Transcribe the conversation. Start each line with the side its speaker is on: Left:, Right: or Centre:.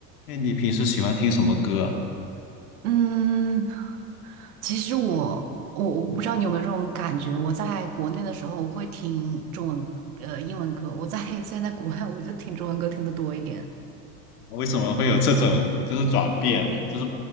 Left: 哎，你平时喜欢听什么歌啊？
Right: 嗯，其实我我我不知道你有没有这种感觉，我在国内的时候我会听中文呃英文歌，我在 <laughs> 现在在国外我就听中文歌听的多一点。
Left: 为什么会有这种就是转变啊就是